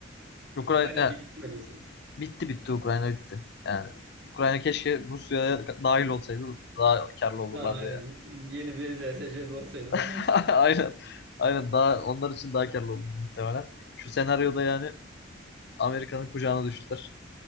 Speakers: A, on the left; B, on the right.
A: Ukrayna
B: Ukrayna
A: yani
B: bitirmelisin.
A: bitti bitti Ukrayna bitti. Yani Ukrayna keşke Rusya'ya dahil olsaydı daha karlı olurlardı
B: Daha aynen.
A: yani.
B: Yeni bir ZSCB olsaydı
A: <laughs>
B: daha iyi.
A: Aynen. Aynen daha onlar için daha karlı olur muhtemelen. Şu senaryoda yani Amerika'nın kucağına düştüler.